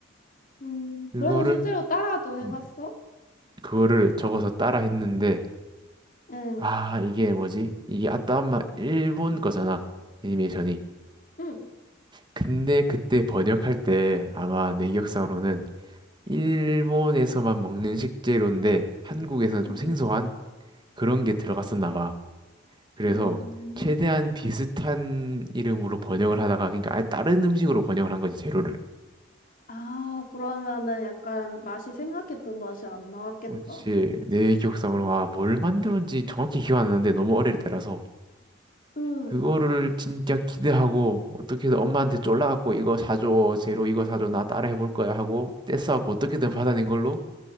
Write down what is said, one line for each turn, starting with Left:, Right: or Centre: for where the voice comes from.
Left: 음,
Right: 그거를
Left: 그래서 실제로 따라도 해봤어?
Right: 음, 그거를 적어서 따라 했는데
Left: 응,
Right: 아, 이게 뭐지? 이게 아따 엄마 일본 거잖아. 애니메이션이.
Left: 응,
Right: 근데 그때 번역할 때 아마 내 기억상으로는 일본에서만 먹는 식재료인데 한국에서는 좀
Left: 응.
Right: 생소한 그런 게 들어갔었나 봐. 그래서
Left: 음,
Right: 최대한 비슷한 이름으로 번역을 하다가 그러니까 아예 다른 음식으로 번역을 한 거지, 재료를.
Left: 아, 그러면은 약간 맛이 생각했던 맛이 안 나왔겠다.
Right: 그렇지. 내 기억상으로 아, 뭘 만들었는지 정확히 기억 안 나는데 너무 어릴 때라서
Left: 응,
Right: 그거를 진짜 기대하고 어떻게 든 엄마한테 쫄라갖고 이거 사줘 제로 이거 사줘 나 따라 해볼 거야 하고 떼써갖고 어떻게든 받아낸 걸로